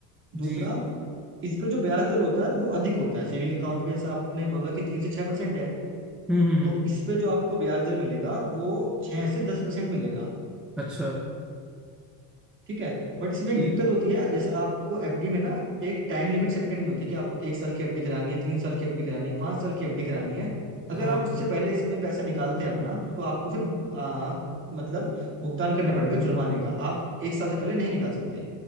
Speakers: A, in the centre; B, on the right.
A: जी
B: दूसरा इस पे जो ब्याज दर होता है वो अधिक होता है सेविंग अकाउंट पे जैसे आपने बोला कि तीन से छह परसेंट है
A: हम्म हम्म हम्म
B: तो इस पे जो आपको ब्याज दर मिलेगा वो छह से दस परसेंट मिलेगा
A: अच्छा
B: ठीक है बट इसमें एक
A: जी
B: दिक्कत होती है जैसे आपको एफडी में ना एक टाइम लिमिट सेट करनी होती है कि आपको एक साल की एफडी करानी है तीन साल की एफडी करानी है पांच साल की एफडी करानी है अगर
A: हाँ
B: आप उससे पहले इसमें पैसा निकालते हैं अपना तो आपको फिर आ, मतलब भुगतान करना पड़ेगा जुर्माने का आप एक साल से पहले नहीं निकाल सकते